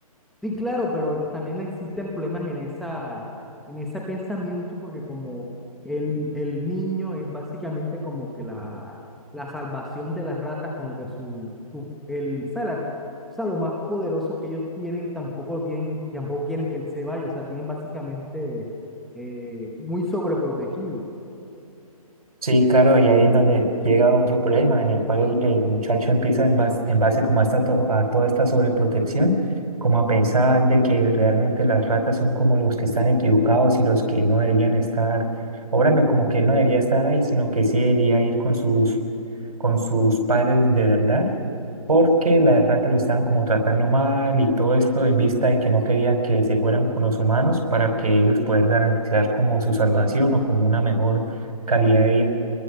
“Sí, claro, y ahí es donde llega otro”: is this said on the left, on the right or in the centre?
Right